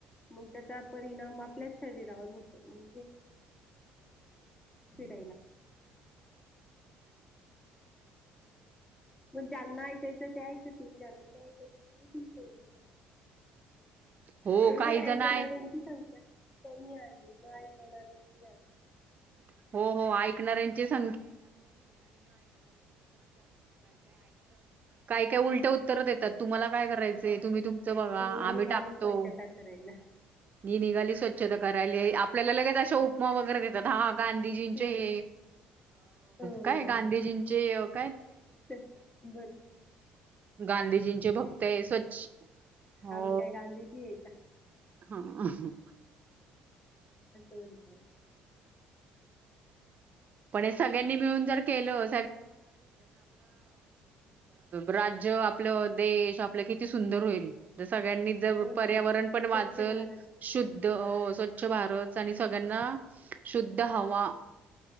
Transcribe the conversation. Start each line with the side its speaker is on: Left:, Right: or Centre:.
Left: मगं त्याचा परिणाम आपल्याच शरीरावर होतो <inaudible> <inaudible> मगं ज्यांना ऐकायचं ते ऐकतील ज्याना नाही ऐकायचा ते देतील सोडुन
Right: हो
Left: म्हणजे
Right: काही जण
Left: ऐकणाऱ्यांची
Right: आहे
Left: सख्या कमी आहे <inaudible>
Right: <inaudible> तर. काही काय उलटी उत्तर देतात तुम्हाला काय करायचंय
Left: हो
Right: तुम्ही
Left: चला
Right: तुमचं बघा
Left: ते
Right: आम्ही
Left: निघाली
Right: टाकतो
Left: स्वच्छता करायला
Right: मी निघाली स्वच्छता करायली आपल्याला लगेच उपमा‌ वैगरे देतात गांधीजींचे
Left: हं.
Right: हे
Left: हं.
Right: काय गांधीजींचे गांधी
Left: <inaudible> आम्ही
Right: गांधीजींचे भक्त आहे स्वच्छ हो
Left: काय गांधीजी आहे का
Right: हा
Left: म्हणताय..
Right: पण हे सगळ्यांनी मिळून जर केलं. अ राज्य आपलं देश आपलं किती सुंदर होईल सगळ्यांनी जर
Left: हो
Right: पर्यावरण
Left: ना स्वच्छ
Right: पण वाचल.
Left: भारत
Right: हो अ स्वच्छ भारत आणि सगळयांना शुद्ध हवा..